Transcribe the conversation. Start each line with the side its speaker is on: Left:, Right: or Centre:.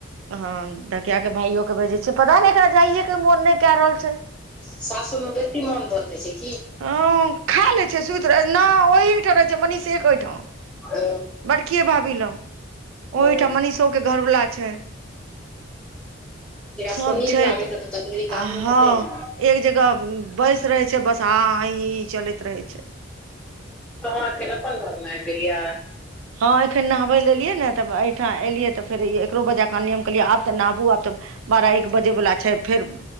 Right: हँ धकिया के भाइयो के भेजय छिये पता नय एकरा जाइये के मोन नय के रहल छै
Centre: सासूर में बेसी मान दान होय छै कि
Right: हँ खा लै छै सुइत रहै नय ओहिठाम रहै छै मनीष के ओहि ठाम
Centre: ओ
Right: बड़ के भाभी लंग
Centre: ओ
Right: ओहिठाम मनीषो केँ घरवला छै
Centre: एकरा
Right: सब
Centre: सबके नीक
Right: छै
Centre: लागैत
Right: त
Centre: हेतै तऽ ढेरिक
Right: आ
Centre: आदमी
Right: हँ
Centre: हेतै ने
Right: एक जगह बैस रहे छै बस आ हा हा हिं चलैत रहे छै
Centre: तह एखन अपन घर में आइब गेलियै
Right: हँ एखन नहबै लए एलियै ने तब एहिठाम एलियै तऽ फेर एकरो वजाक क आनलियै हम कहलियै आब तऽ नहबू आब तऽ बारह एक बजे बला छै फेर